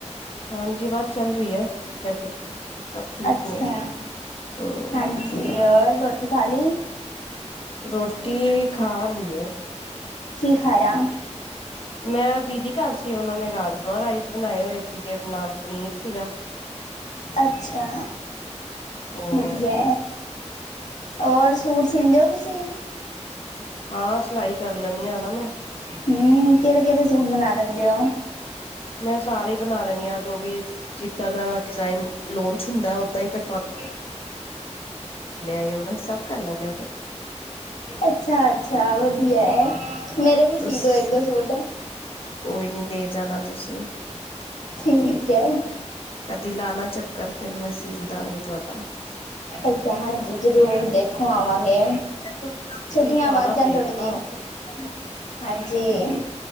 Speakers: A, on the left (about 50°); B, on the left (about 80°).
A: ਹਾਂਜੀ, ਬਸ ਚੱਲ ਰਹੀ ਹੈ ਗੱਡੀ ਸਭ ਠੀਕ
B: ਅੱਛਾ,
A: ਨੇ ਹਮ
B: ਹਾਂਜੀ ਔਰ ਰੋਟੀ, ਖਾਲ ਲਈ?
A: ਰੋਟੀ ਖਾ ਲਈਉ।
B: ਕੀ ਖਾਇਆ?
A: ਮੈਂ ਦੀਦੀ ਘਰ ਸੀ, ਉਹਨਾਂ ਨੇ ਰਾਜਮਾਂ ਰਾਈਸ, ਬਣਾਏ ਹੋਏ ਸੀਗੇ, ਨਾਲ ਪਨੀਰ ਸੀਗਾ।
B: ਅੱਛਾ,
A: ਹਾਂ
B: ਵਧੀਆ ਔਰ ਸੂਟ, ਸੀੀਂਦੇ ਹੋ ਤੁਸੀਂ?
A: ਹਾਂ ਸਿਲਾਈ ਕਰ ਲੈਂਨੀਂ ਨਾ ਮੈਂ।
B: ਹਮ ਕਿਹੜੇ- ਕਿਹੜੇ ਸੂਟ ਬਣਾ ਲੈਂਦੇ ਹੋ?
A: ਮੈਂ, ਸਾਰੇ ਹੀ ਬਣਾ ਲੈਣੀ ਹਾਂ, ਜੋ ਵੀ ਜਿੱਦਾਂ ਦਾ ਡਿਜ਼ਾਇਨ ਲੋਂਚ ਹੁੰਦਾ, ਓਦਾਂ ਹੀ ਤੁਹ
B: <inaudible>
A: ਇਹ ਬਣਾ ਸਭ ਕਰ ਲੈਂਦੇ ਆ ਫਿਰ
B: ਅੱਛਾ -ਅੱਛਾ ਵਧੀਆ ਏ, ਮੇਰੇ ਵੀ
A: ਤੁਸੀ
B: ਸੀ ਦੋ ਇੱਕ ਦੋ ਸੂਟ?
A: ਕੋਈ ਨਈ, ਦੇ ਜਾਣਾ ਤੁਸੀਂ।
B: ਠੀਕ ਹੈ।
A: ਕਦੀ ਲਾਨਾ ਚੱਕਰ, ਫਿਰ ਮੈਂ ਸੀਲ ਦਾਂਗੀ ਤੁਹਾਡਾ।
B: ਅੱਛਾ, ਹਾਂਜੀ ਜ਼ਰੂਰ ਦੇਖੋ ਆਵਾਂਗੇ,
A: ਤਾਂ ਸਾਹਮਣੇ
B: ਛੁੱਟੀਆਂ
A: ਵਾਲੇ ਨੂੰ
B: ਵੱਧ
A: ਆਉਣਾ
B: ਜਾਣ
A: ਪਏਗਾ
B: ਥੋੜੀਆ
A: ਨਾ ਫਿਰ ਹੀ ਕੰਮ ਹੋਏਗਾ
B: ਹਾਂਜੀ,